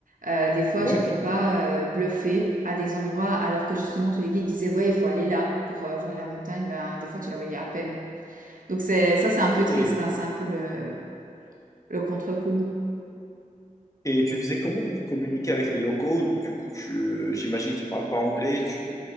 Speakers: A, on the right (about 75°); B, on the left (about 25°).
A: Euh, des fois,
B: Ouais.
A: j'étais pas euh, bluffée à des endroits alors que justement tous les guides disaient ouais, il faut aller là pour euh, voir la montagne. Ben, des fois, tu la voyais à peine. Donc c'est ça,
B: Ok.
A: c'est un
B: Et
A: peu triste. hein, c'est un peu le, le contre-coup.
B: tu faisais comment pour communiquer avec les locaux? Du coup, tu, j'imagine qu'ils parlent pas anglais. Tu,